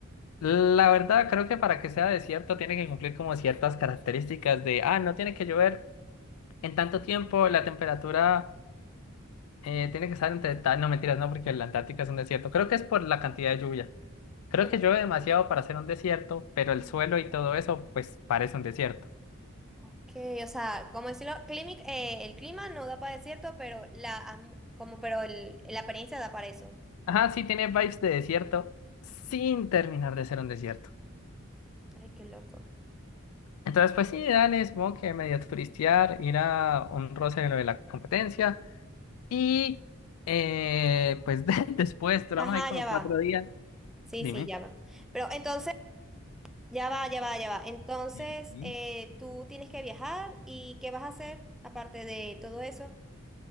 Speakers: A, on the left; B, in the centre.
A: la verdad creo que para que sea desierto tiene que cumplir como ciertas características de, ah, no tiene que llover en tanto tiempo, la temperatura eh, tiene que estar entre tal, no mentiras, no, porque la Antártica es un desierto. Creo que es por la cantidad de lluvia. Creo
B: Por-
A: que llueve demasiado para ser un desierto, pero el
B: ah,
A: suelo y todo eso pues parece un desierto.
B: Ok, o sea, como decirlo, Climic- eh, el clima no da para desierto, pero la, atm- como, pero el- la apariencia da para eso.
A: Ajá, sí tiene vibes de desierto sin terminar de ser un desierto.
B: Ay, qué loco.
A: Entonces, pues sí, dale, supongo que medio turistear, ir a un roce de lo de la competencia. Y eh, pues <laughs> de- después duramos
B: Ajá,
A: ahí como
B: ya va.
A: cuatro días.
B: Sí,
A: Dime.
B: sí, ya va. Pero entonces... Ya va, ya va, ya va. Entonces,
A: Sí, sí.
B: eh, tú tienes que viajar y ¿qué vas a hacer aparte de todo eso?